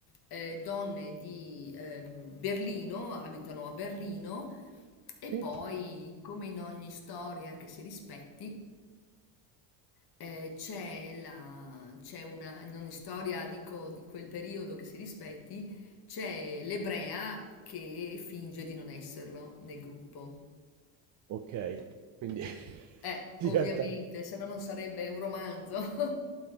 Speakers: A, on the left; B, on the right.
A: eh, donne di ehm, Berlino, abitano a Berlino, e
B: sì?
A: poi, come in ogni storia che si rispetti, eh, c'è la, c'è una, in ogni storia dico, di quel periodo che si rispetti, c'è l'ebrea che finge di non esserlo nel gruppo.
B: Ok, quindi <laughs>
A: Eh,
B: diventa...
A: ovviamente, se no non sarebbe un romanzo. <laughs>